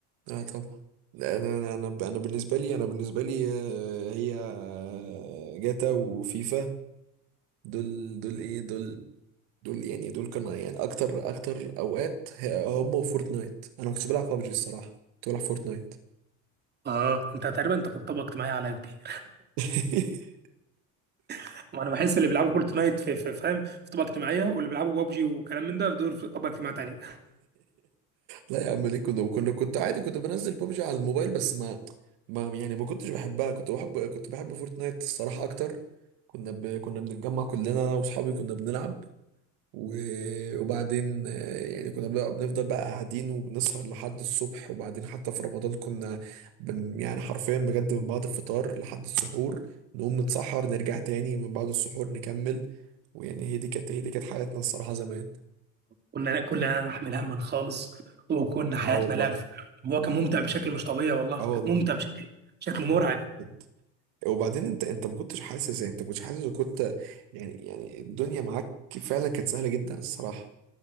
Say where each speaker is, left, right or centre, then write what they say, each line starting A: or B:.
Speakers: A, on the right; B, on the right.
A: اه طبعا لا انا انا انا ب- أنا بالنسبه لي انا بالنسبه لي آه، هي آه، جاتا وفيفا دول دول ايه دول دول يعني دول كانوا يعني اكتر اكتر اوقات ه- هم وفورتنايت انا ما كنتش بلعب ببجي الصراحه كنت بلعب فورتنايت
B: اه انت تقريبا انت كنت طبقه اجتماعيه على كبير
A: <laughs>
B: <laughs> ما انا بحس اللي بيلعبوا فورتنايت في في- فاهم في طبقه اجتماعيه واللي بيلعبوا بابجي وكلام من ده دول في طبقه اجتماعيه تانيه
A: لا يا عم ليه كنا كنا كنت عادي كنت بنزل ببجي على الموبايل بس ما ما يعني ما كنتش بحبها كنت بحب كنت بحب فورتنايت الصراحه اكتر كنا ب... كنا بنتجمع كلنا انا واصحابي كنا بنلعب و- وبعدين آه، يعني كنا بنبقى- بنفضل بقى قاعدين وبنسهر لحد الصبح وبعدين حتى في رمضان كنا بن يعني حرفيا بجد من بعد الفطار لحد السحور نقوم نتسحر نرجع تاني من بعد السحور نكمل ويعني هي دي كانت هي دي كانت حياتنا الصراحة زمان
B: كنا كنا نحمل هما خالص وكنا حياتنا
A: اه والله
B: لعب هو كان ممتع بشكل مش طبيعي والله
A: اه والله
B: كان ممتع بشكل شكل مرعب
A: آه. بجد. وبعدين انت انت ما كنتش حاسس يعني انت ما كنتش حاسس وكنت يعني يعني الدنيا معاك فعلا كانت سهلة جدا الصراحة